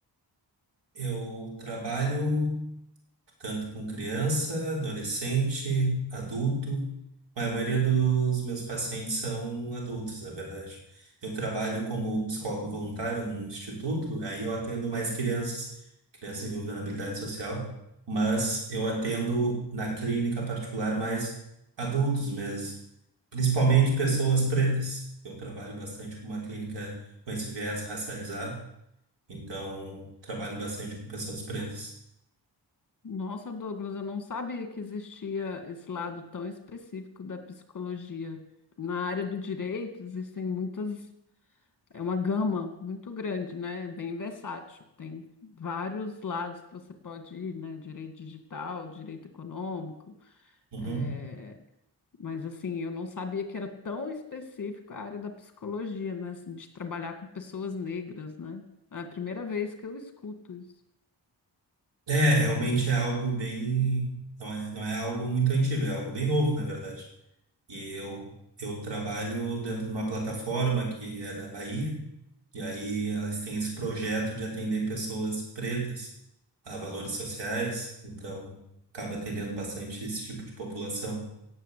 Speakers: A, on the right; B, on the left.
A: Eu trabalho tanto com criança, adolescente, adulto. A maioria dos meus pacientes são adultos, na verdade. Eu trabalho como psicólogo voluntário num instituto, aí eu atendo mais crianças, crianças em vulnerabilidade social, mas eu atendo na clínica particular mais adultos mesmo, principalmente pessoas pretas. Eu trabalho bastante com uma clínica com esse viés racializado. Então, trabalho bastante com pessoas pretas.
B: Nossa, Douglas, eu não sabia que existia esse lado tão específico da psicologia. Na área do direito, existem muitas, é uma gama muito grande, né? É Bem versátil. Tem vários lados que você pode ir, né? Direito digital, direito econômico.
A: Uhum.
B: eh, Mas, assim, eu não sabia que era tão específico a área da psicologia, né? Assim, de trabalhar com pessoas negras, né? É a primeira vez que eu escuto isso.
A: É, realmente é algo bem. Não é, não é algo muito antigo, é algo bem novo, na verdade. E eu, eu trabalho dentro de uma plataforma que é da Bahia, e aí elas têm esse projeto de atender pessoas pretas a valores sociais, então acaba atendendo bastante esse tipo de população.